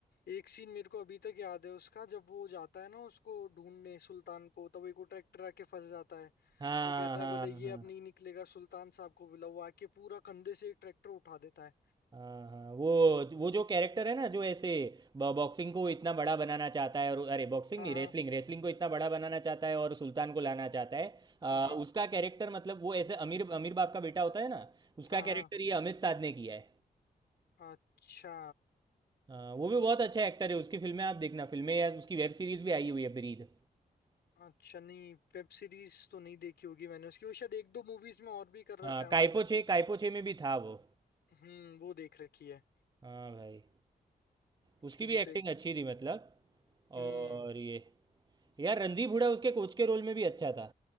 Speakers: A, on the left (about 80°); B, on the right (about 25°).
A: एक सीन मेरे को अभी तक याद है उसका जब वो जाता है ना उसको ढूंढने सुल्तान को तब एक वो ट्रैक्टर आके फंस जाता है
B: हाँ
A: वो कहता
B: हाँ
A: है बोले ये
B: हाँ
A: अब नहीं निकलेगा सुल्तान साहब को बुलाओ वो आके पूरा कंधे से एक ट्रैक्टर उठा देता है
B: हाँ हाँ वो वो जो कैरेक्टर है ना जो ऐसे बॉक्सिंग को इतना बड़ा बनाना चाहता है और अरे बॉक्सिंग
A: हाँ
B: नहीं रेसलिंग
A: हाँ
B: रेसलिंग को इतना बड़ा बनाना चाहता है और सुल्तान को लाना चाहता है आ,
A: हाँ
B: उसका कैरेक्टर मतलब वो ऐसे अमीर अमीर बाप का बेटा होता है ना उसका
A: हाँ हाँ
B: कैरेक्टर ये अमित साध ने किया है
A: हाँ अच्छा
B: हाँ, वो भी बहुत अच्छा एक्टर है उसकी फिल्में आप देखना फिल्में या उसकी वेब सीरीज भी आई हुई है ब्रीद
A: अच्छा नहीं वेब सीरीज तो नहीं देखी होगी मैंने उसकी वो शायद एक दो मूवीज में और भी कर
B: हाँ
A: रखा है
B: कायपोचे
A: उन्होंने
B: कायपोचे में भी था वो
A: हम्म वो देख रखी है
B: हाँ भाई उसकी
A: तो ये
B: भी एक्टिंग
A: तो एक
B: अच्छी थी मतलब
A: हम्म
B: और ये यार रणदीप हुडा उसके कोच के रोल में भी अच्छा था